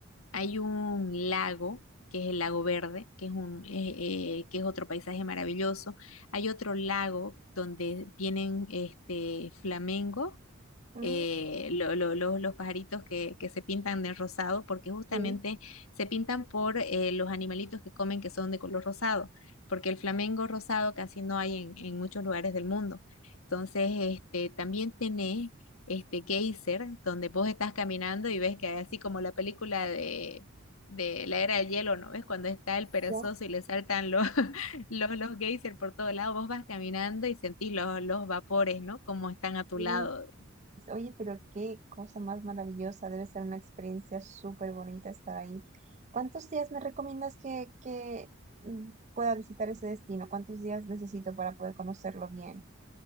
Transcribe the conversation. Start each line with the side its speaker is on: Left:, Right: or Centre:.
Left: hay un lago, que es el Lago Verde, que es un, eh, eh, que es otro paisaje maravilloso. Hay otro lago donde vienen este, flamencos
Right: Mm,
Left: eh, lo- lo- lo- los pajaritos que, que se pintan de rosado, porque justamente
Right: sí,
Left: se pintan por eh, los animalitos que comen que son de color rosado, porque el flamengo rosado casi no hay en, en muchos lugares del mundo. Entonces, este, también tenés este geyser, donde vos estás caminando y ves que hay así como la película de, de la era del hielo, ¿no ves? Cuando está el perezoso
Right: ya.
Left: y le saltan los, <laughs> los, los geysers por todo lado, vos vas caminando y sentís los, los vapores, ¿no? Como están a tu
Right: sí.
Left: lado
Right: Oye, pero qué cosa más maravillosa, debe ser una experiencia súper bonita estar ahí. ¿Cuántos días me recomiendas que, que mm, pueda visitar ese destino? ¿Cuántos días necesito para poder conocerlo bien?